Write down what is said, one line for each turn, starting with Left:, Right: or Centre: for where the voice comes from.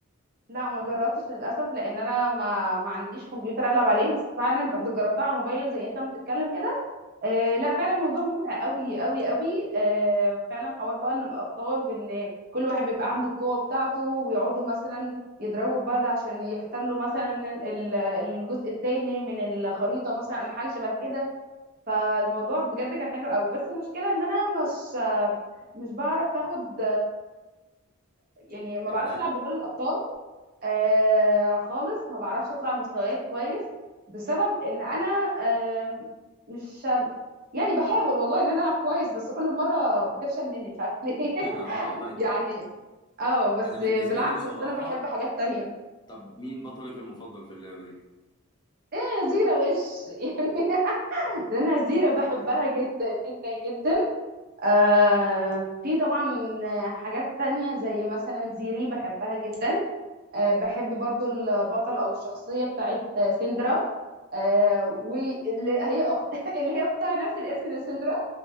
Right: لا ما جربتش للاسف لان انا ما ما عنديش كمبيوتر العب عليه بس فعلا بد- جربتها على الموبايل زي انت ما بتتكلم كده آه لا فعلا موضوع ممتع قوي قوي قوي آه فعلا حوار بقى ان الابطال وان كل واحد بيبقى عنده القوه بتاعته ويقعدوا مثلا يضربوا بعض عشان يحتلوا مثلا ال- الجزء التاني من الخريطه مثلا حاجه شبه كده فالموضوع بجد كان حلو قوي بس المشكله ان انا مش مش بعرف اخد يعني ما
Left: ليفلات
Right: بعرفش العب بكل الابطال آه خالص ما بعرفش اطلع مستويات كويس بسبب ان انا آه مش يعني بحاول والله ان انا العب كويس بس كل مره بتفشل مني مش عارفه ليه
Left: <laughs>
Right: <laughs>
Left: اه ايوه
Right: يعني اه بس
Left: انا بالنسبه
Right: بالعكس
Left: لي بصراحه
Right: بس انا بحب حاجات تانية
Left: طب مين بطلك المفضل في اللعبة دي؟
Right: أنا زيرة وش <laughs> يعني انا زيرة بحبها جدا جدا جدا آه في طبعا حاجات تانية زي مثلا زيري بحبها جدا آه بحب برضو البطل او الشخصية بتاعت سندرا آه واللي هي أخت... <laughs> اللي هي اختها نفس الاسم دي سندرا